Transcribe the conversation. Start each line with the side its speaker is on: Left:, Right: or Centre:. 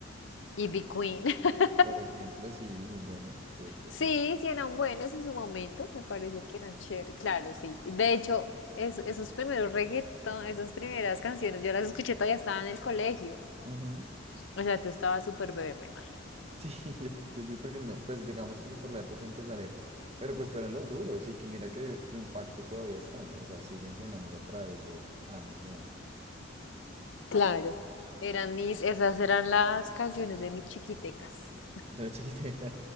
Left: Y Big Queen. <laughs>
Right: Por ejemplo, sí, muy buena, cierto,
Left: Sí,
Right: cierto.
Left: sí eran buenos en su momento, me parece que eran chéveres. Claro, sí. De hecho, es- esos primeros reggaetón, esas primeras canciones, yo las escuché todavía estaba en el colegio.
Right: Ujú.
Left: O sea, tú estabas súper bebé, me imagino.
Right: Sí, <laughs> yo creo que sí, porque no, pues digamos como por la época en que salieron. Pero pues fueron los duros y que mira que su impacto todavía está, ¿no? O sea, siguen sonando a través de años y años.
Left: Claro. Eran mis, esas eran las canciones de mis chiquitecas.
Right: Yo chiquito.